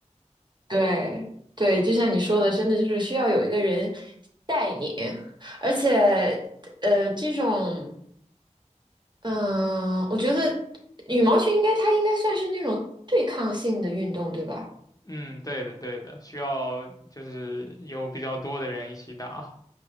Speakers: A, on the right (about 35°); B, on the left (about 30°).
A: 对对，就像你说的，真的就是需要有一个人带你。而且，呃，这种嗯，我觉得羽毛球应该它应该算是那种对抗性的运动，对吧？
B: 嗯，对的，对的，需要就是有比较多的人一起打。